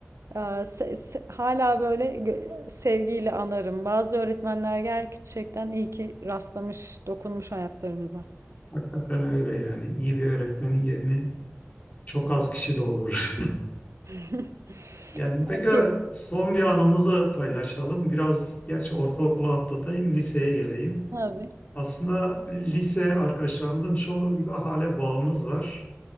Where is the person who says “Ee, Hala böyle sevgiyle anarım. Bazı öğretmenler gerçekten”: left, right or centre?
Right